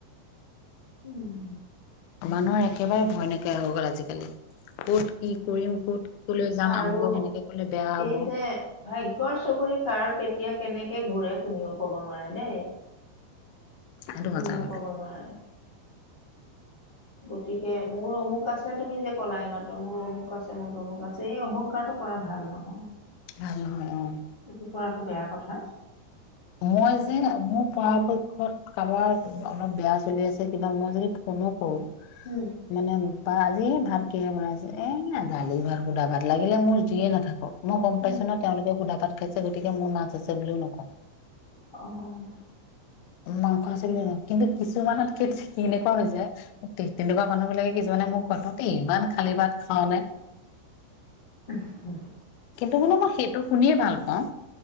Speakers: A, on the left; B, on the left.
A: উম।
B: মানুহৰ একেবাৰে ভয় নাইকিয়া হৈ গ'ল আজিকালি ক'ত কি কৰিম ক'ত কলৈ যাম
A: আৰু
B: আমুকক এনেকে কলে বেয়া হব
A: এই যে ভাগ্যৰ চকৰি কাৰ কেতিয়া কেনেকে ঘূৰে কোনেও ক'ব নোৱাৰে দেই।
B: সেইটো
A: কোনেও
B: সঁচা কথা
A: কব নোৱাৰে। গতিকে, মোৰ অমুক আছে, তুমি যে ক'লা এইমাত্ৰ মোৰ অমুক আছে, মোৰ তমুক আছে, এই অহংকাৰটো কৰা ভাল নহয়।
B: ভাল হয় অ'।
A: এইটো কৰাটো বেয়া কথা।
B: মই যে অমুক পৰাপক্ষত কাৰোবাৰ অলপ বেয়া চলি আছে কিবা মই যদি ফোনো কৰো
A: উম,
B: মানে বাজি ভাত কিহে বনাইছছে এই দালি ভাত সুদা ভাত লাগিলে মোৰ যিয়ে নাথাকক। মই গ'ম
A: উম,
B: পাইছোঁ নহয়। তেওঁলোকে সুধা ভাত খাইছে, গতিকে মোৰ মাছ আছে বুলিও নকওঁ।
A: অহ'
B: মাংস আছে বুলি নকওঁ। কিন্তু, কিছুমানত কেনেকুৱা হৈ যায়। তেনেকুৱা মানুহ বিলাকে কিছুমানে মোৰ তহঁতে ইমান খালী খালি ভাত খাওঁনে?
A: উম, হ'ম।
B: কিন্তু, মানে মই সেইটো শুনিয়ে ভাল পাওঁ।